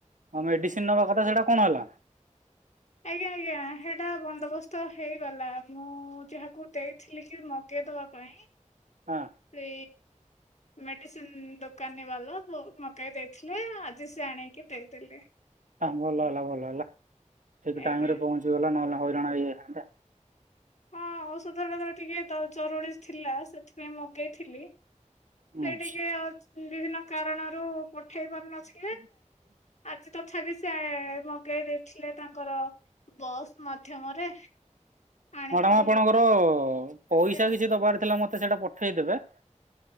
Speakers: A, on the right (about 80°); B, on the left (about 65°).
A: ମେଡିସିନ ନବା କଥା ସେଇଟା କଣ ହେଲା?
B: ଆଜ୍ଞା ଆଜ୍ଞା। ସେଇଟା ବନ୍ଦୋବସ୍ତ ହେଇଗଲା ମୁଁ ଯାହା କୁ ଦେଇଥିଲି କି ମଗେଇଦବା ପାଇଁ।
A: ହଁ।
B: ସେ ମେଡ଼ିସିନ ଦୋକାନୀ ବାଲା ମ ମଗେଇ ଦେଇଥିଲେ ଆଜି ସେ ଆଣିକି ଦେଇଦେଲେ।
A: ଆ ଭଲ ହେଲା ଭଲ ହେଲା ଠିକ୍
B: ଆଜ୍ଞା
A: ଟାଇମରେ ପହଞ୍ଚିଗଲା ନହେଲେ ହଇରାଣ ହେଇଯାଇଥାନ୍ତେ।
B: ହଁ ଔଷଧଟା ତାର ଟିକେ ତାର ଜରୁରୀ ଥିଲା ସେଥିପାଇଁ ମଗେଇଥିଲି। ସେ
A: ହୁଁ
B: ଟିକେ ଅ ବିଭିନ୍ନ କାରଣରୁ ପଠେଇ ପାରୁ ନ
A: <inaudible>
B: ଆଜି ତଥାପି ସେ ମଗେଇ ଦେଇଥିଲେ ତାଙ୍କର। ବସ୍ ମାଧ୍ୟମରେ। ଆଣିକି
A: ମ୍ୟାଡାମ ଆପଣଙ୍କର
B: ଦେଲେ
A: ପଇସା
B: ଆଉ।
A: କିଛି ଦବାର ଥିଲା ମତେ ସେଇଟା ପଠେଇଦେବେ।